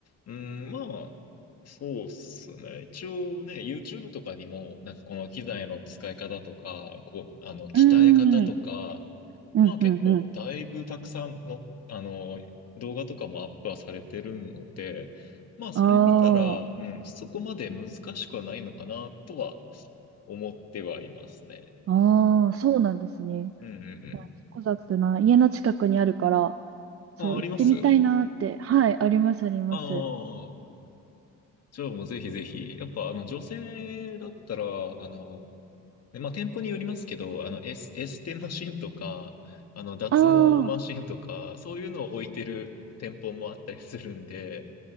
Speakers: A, on the left; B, on the right.
A: うん、まあ、そうっすね。一応ね、YouTube とかにも、なんかこの機材の使い方とか、こう、あの、鍛え方とか、
B: うーん。うんうんうん。
A: まあ結構だいぶたくさんの、あの、動画とかもアップはされてるので、まあそれ見たら、
B: ああ。
A: うん、そこまで難しくはないのかなとは思ってはいますね。
B: ああ、そうなんですね。
A: うんう
B: いやコザップな、
A: ん
B: 家の近くにあるから、そう、
A: うん。あ、あります
B: 行ってみたいなーって。はい、あります、あります。
A: ああ、じゃあもうぜひぜひ。やっぱあの女性だったら、あの、ねまあ店舗によりますけど、あのエス、エステマシンとか、あの脱毛マシンとか、
B: ああ、
A: そういうのを置いてる店舗もあったりするんで、